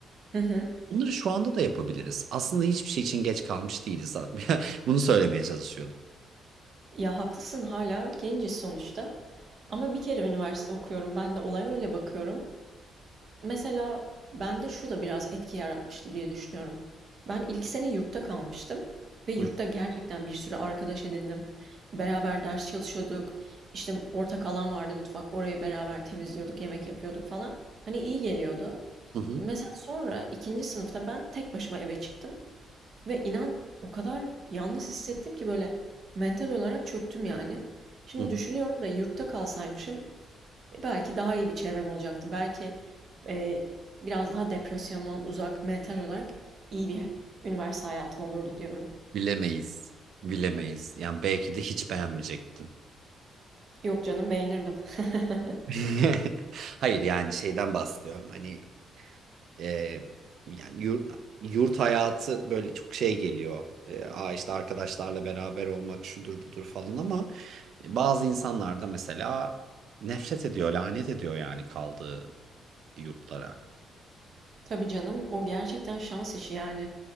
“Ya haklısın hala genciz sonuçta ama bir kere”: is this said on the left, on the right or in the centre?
Right